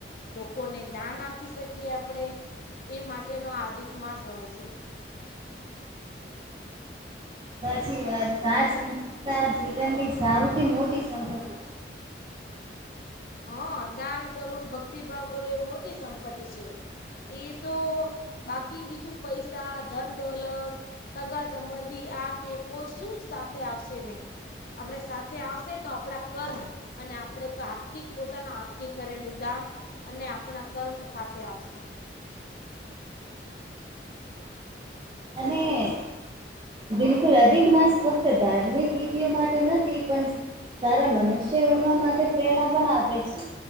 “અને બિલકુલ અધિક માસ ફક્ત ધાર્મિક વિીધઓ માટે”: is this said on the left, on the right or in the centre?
Right